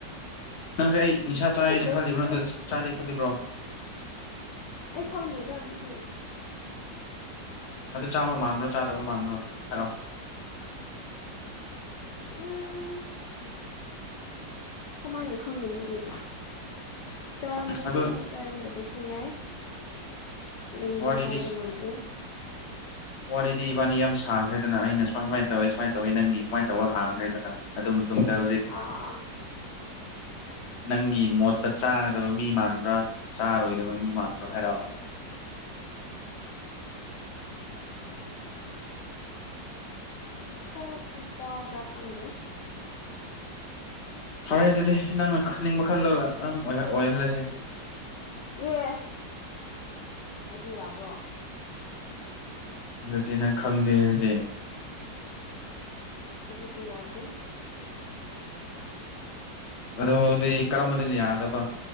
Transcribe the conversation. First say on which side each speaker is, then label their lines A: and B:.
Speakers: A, on the left (about 45°); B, on the left (about 75°).
A: ꯅꯪꯁꯦ ꯑꯩ ꯅꯤꯁꯥ ꯆꯥꯏꯅ
B: ꯑꯗꯣ ꯕꯦꯁ
A: ꯈꯜꯂꯤꯕ꯭ꯔꯣ
B: ꯐ꯭ꯔꯦꯟ
A: ꯅꯠꯇ꯭ꯔ ꯆꯥꯗꯦ ꯈꯜꯂꯤꯕ꯭ꯔꯣ
B: ꯑꯩ ꯈꯪꯗꯦꯗ ꯑꯗꯨꯗꯤ
A: ꯑꯗꯨ ꯆꯥꯕ ꯃꯥꯟꯕ꯭ꯔꯣ ꯆꯥꯗꯕ ꯃꯥꯟꯕ꯭ꯔꯣ ꯍꯥꯏꯔꯑꫭ
B: ꯎꯝ ꯀꯃꯥꯏꯅ ꯈꯪꯒꯅꯤ ꯑꯩ ꯆꯥꯔꯝꯕꯁꯨ
A: ꯑꯗꯨ
B: ꯌꯥꯏ ꯆꯥꯔꯝꯗꯕꯁꯨ ꯌꯥꯏ ꯑꯩ
A: ꯋꯥꯔꯤꯗꯤ
B: ꯍꯥꯏꯕ ꯉꯝꯗꯦ
A: ꯋꯥꯔꯤꯗꯤ ꯏꯕꯥꯅꯤ ꯌꯥꯝ ꯁꯥꯈ꯭ꯔꯦꯗꯅ ꯑꯩꯅ ꯁꯨꯃꯥꯏ ꯁꯨꯃꯥꯏꯅ ꯇꯧꯋꯤ ꯁꯨꯃꯥꯏꯅ ꯇꯧꯋꯤ ꯅꯪꯒꯤ ꯁꯨꯃꯥꯏꯅ ꯇꯧꯔ ꯍꯥꯡꯈ꯭ꯔꯦꯗꯅ ꯑꯗꯨ ꯃꯇꯨꯡꯗ ꯍꯧꯖꯤꯛ
B: ꯑꯥ
A: ꯅꯪꯒꯤ ꯃꯣꯠꯇ ꯆꯥ ꯆꯗꯕ ꯃꯤ ꯃꯥꯟꯕ꯭ꯔꯥ ꯆꯥꯔꯣꯏꯗꯕ ꯃꯤ ꯃꯥꯟꯕ꯭ꯔꯥ ꯍꯥꯏꯔꯛꯑꯣ
B: <inaudible> ꯈꯔꯛꯇꯤ ꯆꯥꯎꯕ꯭ꯔꯥ ꯈꯪꯗꯦ
A: ꯐꯔꯦ ꯑꯗꯨꯗꯤ ꯅꯪꯅ ꯈꯅꯤꯡꯕ ꯈꯜꯂꯒ ꯑꯗꯨꯝ ꯑꯣꯏꯍꯜꯂꯁ
B: ꯑꯦ ꯑꯗꯨ ꯌꯥꯕ꯭ꯔꯣ
A: ꯑꯗꯨꯗꯤ ꯅꯪ ꯈꯪꯗꯦꯔꯗꯤ
B: ꯑꯗꯨꯗꯤ ꯌꯥꯗꯦ
A: ꯑꯗꯨꯗꯤ ꯀꯔꯝꯕꯗꯅ ꯌꯥꯗꯕ